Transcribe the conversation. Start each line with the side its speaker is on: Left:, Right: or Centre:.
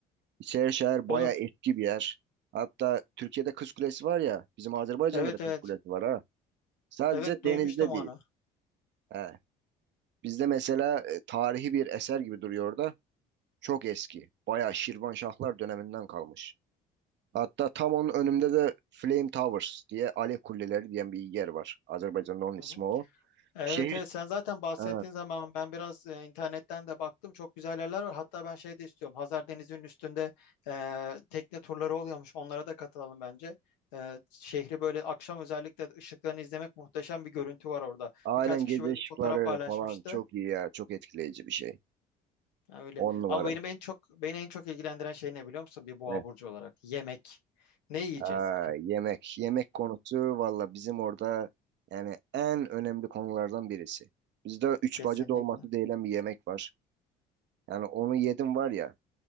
Right: İçerişehir
Left: Olur.
Right: bayağı eski bir yer. Hatta Türkiye'de Kız Kulesi var ya, bizim Azerbaycan'da
Left: Evet
Right: da Kız
Left: evet.
Right: Kulesi var ha. Sadece
Left: Evet duymuştum
Right: denizde
Left: onu.
Right: değil. He. Bizde mesela e, tarihi bir eser gibi duruyor orada. Çok eski. Bayağı Şirvanşahlar döneminden kalmış. Hatta tam onun önümde de Flame Towers diye Alev Kuleleri diyen bir yer var. Azerbaycan'da onun
Left: Hı
Right: ismi
Left: hı.
Right: o.
Left: Evet
Right: Şehir.
Left: evet sen zaten bahsettiğin
Right: He.
Left: zaman ben biraz e, internetten de baktım çok güzel yerler var. Hatta ben şey de istiyorum Hazar Denizi'nin üstünde e, tekne turları oluyormuş onlara da katılalım bence. E, şehri böyle akşam özellikle ışıklarını izlemek muhteşem bir görüntü var orada.
Right: Aynen
Left: Birkaç kişi
Right: gece
Left: böyle
Right: ışıkları
Left: fotoğraf paylaşmıştı.
Right: falan çok iyi ya. Çok etkileyici bir şey.
Left: Ha, Öyle.
Right: On numara.
Left: Ama benim en çok beni en çok ilgilendiren şey ne biliyor musun bir boğa
Right: Ne?
Left: burcu olarak? Yemek. Ne yiyeceğiz?
Right: Aa, yemek. Yemek konusu valla bizim orada yani en önemli konulardan birisi. Bizde üç
Left: Kesinlikle.
Right: bacı dolması denilen bir yemek var. Yani onu yedim var ya.